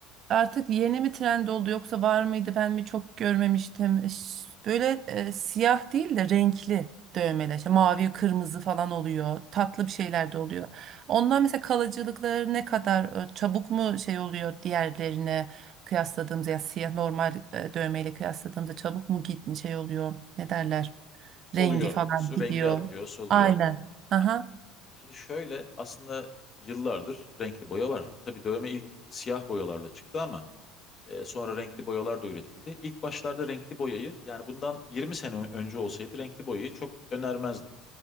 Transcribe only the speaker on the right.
artık yeni mi trend oldu yoksa var mıydı ben mi çok görmemiştim. E, Ş- Böyle e, siyah değil de renkli dövmeler. İşte mavi, kırmızı falan oluyor. Tatlı bir şeyler de oluyor. Onlar mesela kalıcılıkları ne kadar e, çabuk mu şey oluyor diğerlerine kıyasladığımızda ya siyah normal e, dövmeyle kıyasladığımızda çabuk mu git şey oluyor. Ne derler?
Rengi falan
gidiyor.
Aynen. Aha.